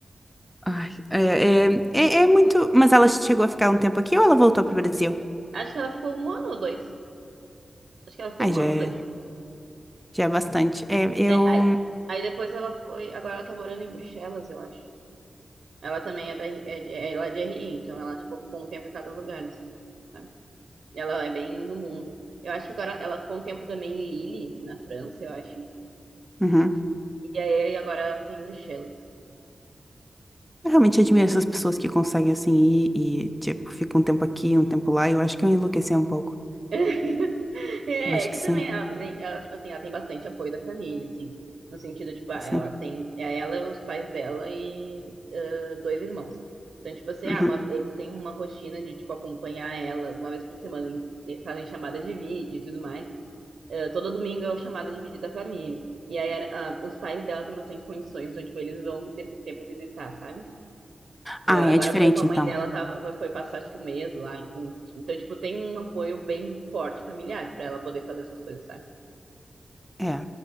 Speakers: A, in the centre; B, on the right (about 85°).
A: Ai, é, é, é, é muito. Mas ela chegou a ficar um tempo aqui ou ela voltou pro Brasil?
B: Acho que ela ficou um ano ou dois. Acho que ela ficou
A: Ai,
B: um
A: já
B: ano
A: é,
B: ou dois.
A: já é bastante. É, eu.
B: É, aí, aí depois ela foi. Agora ela tá morando em Bruxelas, eu acho. Ela também é, da, é, de, ela é de RI, então ela, tipo, ficou um tempo em cada lugar, assim. sabe? Ela é bem do mundo. Eu acho que agora ela ficou um tempo também em Lille, na França, eu acho.
A: Uhum.
B: E aí agora ela tá em Bruxelas.
A: Eu realmente admiro essas pessoas que conseguem assim ir e, tipo, fica um tempo aqui, um tempo lá. Eu acho que eu enlouqueci um pouco.
B: <laughs> É,
A: Eu acho
B: que
A: que sim,
B: também ela também, ela, tipo assim, ela tem bastante apoio da família, assim. No sentido, tipo, ah,
A: sim.
B: ela tem, é ela, os pais dela e ah, dois irmãos. Então, tipo assim,
A: Uhum.
B: ah, uma- eles têm uma rotina de, tipo, acompanhar ela. Uma vez por semana eles, eles fazem chamada de vídeo e tudo mais. eh, todo domingo é o chamado de vídeo da família. E aí a- a- os pais dela têm bastante condições, então, tipo, eles vão de tempo em tempo visitar, sabe? Tipo,
A: Ah,
B: agora
A: é diferente
B: há pouco a mãe
A: então.
B: dela tava, foi passar, acho que um mês lá, entende? Então, tipo, tem um apoio bem forte familiar pra ela poder fazer essas coisas, sabe?
A: É.